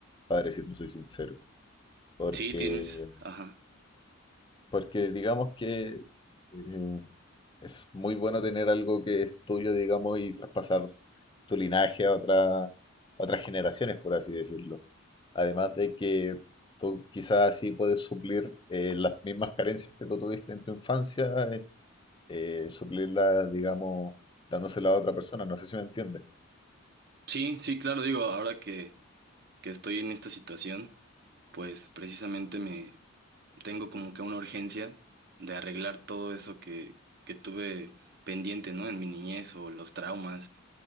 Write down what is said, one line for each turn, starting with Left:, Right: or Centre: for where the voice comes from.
Left: padre, si te soy sincero, porque,
Right: Sí, tienes, ajá.
Left: porque digamos que eh, es muy bueno tener algo que es tuyo, digamos, y traspasar tu linaje a otra- a otras generaciones, por así decirlo. Además de que tú quizás así puedes suplir eh, las mismas carencias que tú tuviste en tu infancia eh, eh, suplirla, digamos, dándosela a otra persona. No sé si me entiendes.
Right: Sí, sí, claro, digo, ahora que que estoy en esta situación, pues precisamente me tengo como que una urgencia de arreglar todo eso que, que tuve pendiente, ¿no? En mi niñez o los traumas,